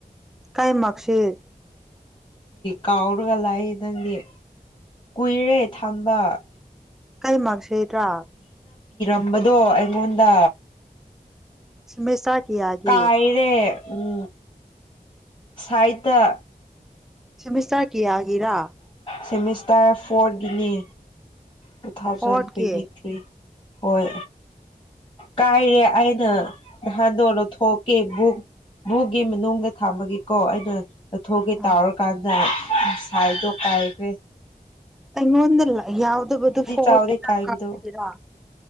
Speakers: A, in the centre; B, on the left.
A: ꯀꯥꯏ ꯃꯥꯔꯛꯁꯤꯠ
B: ꯀꯥꯎꯔꯒ ꯂꯥꯛꯏ ꯅꯪꯗꯤ ꯀꯨꯏꯔꯦ ꯊꯝꯕ ꯫
A: ꯀꯩ ꯃꯥꯥꯛꯁꯤꯠ ꯔꯥ?
B: ꯇꯝꯕꯗꯣ ꯑꯩꯉꯣꯟꯗ
A: ꯁꯤꯃꯤꯁꯇꯔ ꯀꯌꯥꯒꯤ
B: ꯀꯥꯏꯔꯦ ꯎꯝ ꯁꯥꯏꯠꯇ
A: ꯁꯤꯃꯤꯁꯇꯔ ꯀꯌꯥꯒꯤꯔꯥ?
B: ꯁꯦꯃꯤꯁꯇꯔ ꯐꯣꯔꯒꯤꯅꯤ꯫ ꯇꯨ ꯊꯥꯎꯖꯟ
A: ꯐꯣꯔꯠꯀꯤ
B: ꯇ꯭ꯋꯦꯟꯇꯤ ꯊ꯭ꯔꯤ ꯍꯣꯏ ꯀꯥꯏꯔꯦ ꯑꯩꯅ ꯅꯍꯥꯟꯗꯣ ꯂꯧꯊꯣꯛꯀꯦ ꯕꯨ ꯕꯨꯛꯒꯤ ꯃꯅꯨꯡꯗ ꯊꯥꯃꯒꯦꯀꯣ ꯑꯩꯅ ꯂꯧꯊꯣꯛ ꯀꯦ
A: ꯑ
B: ꯇꯧꯔ ꯀꯥꯟꯗ ꯁꯥꯏꯗ ꯗꯣ ꯀꯥꯏꯈꯔ꯭ꯦ꯫
A: ꯑꯩꯉꯣꯟ ꯗ ꯂ ꯌꯥꯎꯗꯕꯗꯨ ꯐꯣꯔ
B: ꯆꯥꯎꯗꯦ ꯀꯥꯏꯕꯗꯣ
A: ꯒꯤꯔ